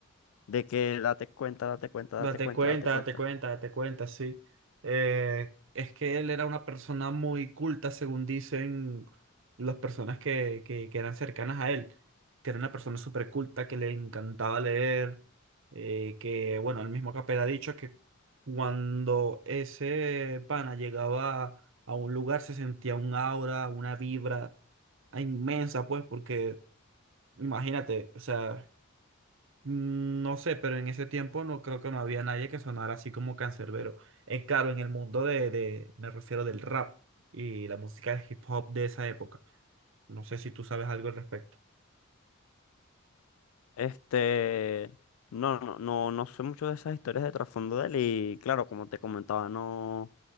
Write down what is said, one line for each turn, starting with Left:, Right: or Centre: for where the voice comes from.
Left: de que date cuenta, date cuenta,
Right: Date
Left: date cuenta,
Right: cuenta,
Left: date cuenta.
Right: date cuenta, date cuenta, sí. Eh, es que él era una persona muy culta, según dicen las personas que, que, que eran cercanas a él, que era una persona súper culta, que le encantaba leer, eh, que, bueno, el mismo Capel ha dicho que cuando ese pana llegaba a un lugar se sentía un aura, una vibra inmensa, pues, porque imagínate, o sea... Mm, No sé, pero en ese tiempo no creo que no había nadie que sonara así como cancerbero Es claro, en el mundo de, de, me refiero del rap y la música de hip hop de esa época. No sé si tú sabes algo al respecto.
Left: Este, no, no, no, no sé mucho de esas historias de trasfondo de él y claro, como te comentaba, no,